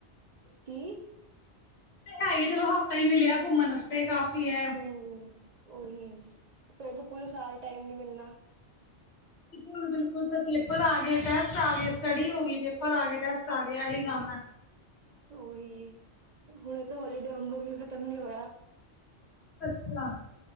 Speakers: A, on the right (about 50°); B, on the left (about 65°).
A: ਕੀ,
B: ਹੈ ਹੀ ਹੈ ਚਲੋ ਹਫ਼ਤਾ ਹੀ ਮਿਲਿਆ ਘੁੰਮਣ ਵਾਸਤੇ ਕਾਫੀ ਹੈ
A: ਹੂੰ-ਹੂੰ ਉਹੀ ਫੇਰ ਤੋਂ ਪੂਰੇ ਸਾਲ ਟਾਈਮ ਨੀ ਮਿਲਣਾ।
B: ਬਕੁਲ ਬਿਲਕੁਲ ਪੇਪਰ ਆ ਗਏ ਟੈਸਟ ਆ ਗਏ ਸਟੱਡੀ ਹੋ ਗਈ। ਆ ਗਏ ਟੈਸਟ ਆ ਗਏ ਇਹੀ ਕੰਮ ਹੈ
A: ਹੂੰ ਹੀ ਹੁਣ ਇਹ ਤਾਂ ਹੋਲੀਡੇ ਵੀ ਖ਼ਤਮ ਨੀ ਹੋਇਆ।
B: ਅੱਛ ਅੱਛਾ